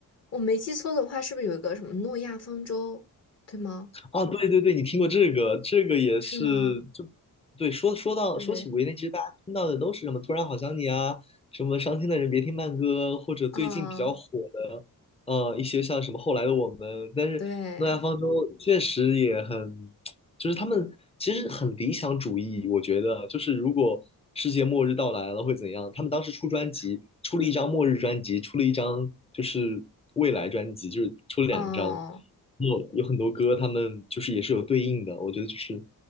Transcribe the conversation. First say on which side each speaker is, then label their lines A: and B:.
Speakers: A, on the left; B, on the left.
A: 我没记错的话，是不是有一个什么诺亚方舟？对吗？
B: 啊，对对对，你听过这个，这个也是，
A: 是吗？
B: 就对，说说到说起五月天，
A: 对
B: 其实大家听到的都是什么“突然好想你”啊，什么“伤心的人别听慢歌”，或者最近比较火的，
A: 啊，
B: 呃，一些像什么“后来的我们”，但是诺亚方舟确实也很就是他们其实很理想主义，
A: 对，
B: 我觉得就是如果世界末日到来了会怎样？他们当时出专辑，
A: 是
B: 出了一张末日专辑，出了一张就是未来专辑，就是出了两张，
A: 哦。
B: 有有很多歌，他们就是也是有对应的，我觉得就是